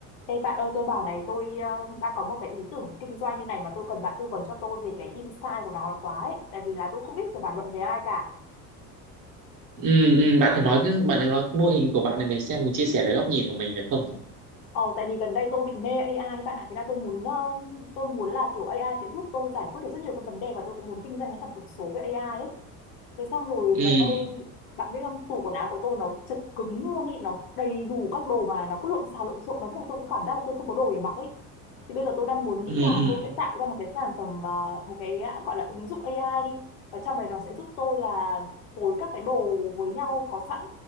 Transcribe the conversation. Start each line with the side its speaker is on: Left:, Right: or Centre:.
Left: Ê bạn ơi tôi bảo này tôi ờ, đang có một cái ý tưởng kinh doanh như này mà tôi cần bạn tư vấn cho tôi về cái insight của nó là quá ấy. Tại vì là tôi không biết phải bàn luận với ai cả.
Right: ừ, ừ, bạn thử nói cái bạn thử nói cái mô hình của bạn này mình xem mình chia sẻ cái góc nhìn của mình được không nào?
Left: Ờ tại vì gần đây tôi bị mê AI ấy bạn ạ. Thế là tôi muốn ờ, tôi muốn là kiểu AI sẽ giúp tôi giải quyết được rất nhiều các vấn đề và tôi cũng muốn kinh doanh cái sản phẩm số với AI ấy. Thế xong rồi
Right: ừ
Left: gần đây bạn biết không tủ quần áo của tôi nó chật cứng luôn ấy nó đầy đủ các đồ mà nó cứ lộn xào lộn xộn mà biết là tôi cũng cảm giác là tôi không có đồ để mặc ấy thì bây giờ tôi đang muốn nghĩ
Right: ừ
Left: là
Right: ừ
Left: tôi sẽ tạo ra một cái sản phẩm à, một cái à, gọi là ứng dụng AI đi và trong đấy nó sẽ giúp tôi là phối các cái đồ với nhau có sẵn